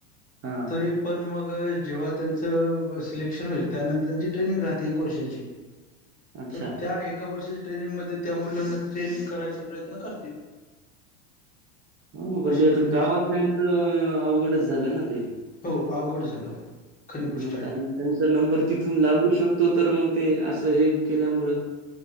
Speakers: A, on the right; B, on the left.
A: हां,
B: तरी पण मग मग जेव्हा त्यांच सिलेक्शन होईल त्यानंतर त्यांची ट्रेनिंग राहते एक वर्षाची
A: अच्छा
B: तर त्या एका वर्षाच्या ट्रेनिंगमध्ये त्या मुलांना ते ट्रेनिंग करायचा प्रयत्न करतील
A: हो ना पण
B: अशी
A: ते आता
B: कंडिशन
A: गावातल्याचं अवघडच झालंय ना ते
B: हो अवघड झालं खरी गोष्ट
A: हो ना
B: आहे
A: कारण त्यांचा नंबर तिथून लागू शकतो तर मग ते असं हे केल्यामुळं